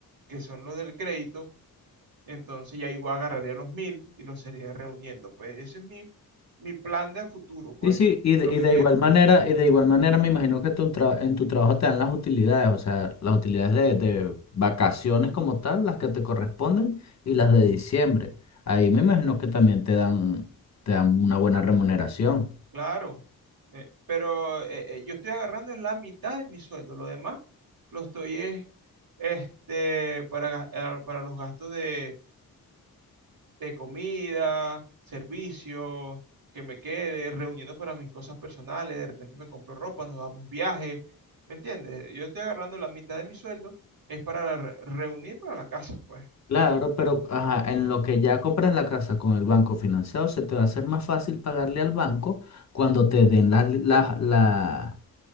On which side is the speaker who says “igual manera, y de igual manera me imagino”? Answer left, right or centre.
Left